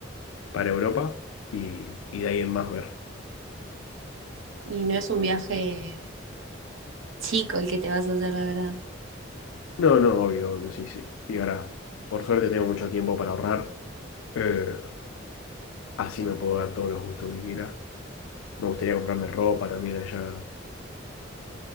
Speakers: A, on the left; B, on the right.
A: para Europa y, y de ahí en más ver.
B: Y no es un viaje chico el que te vas a hacer, la verdad.
A: No, no, obvio, obvio, sí, sí. Sí, ahora, por suerte tengo mucho tiempo para ahorrar. Eh, Así me puedo dar todos los gustos que quiera. Me gustaría comprarme ropa también allá.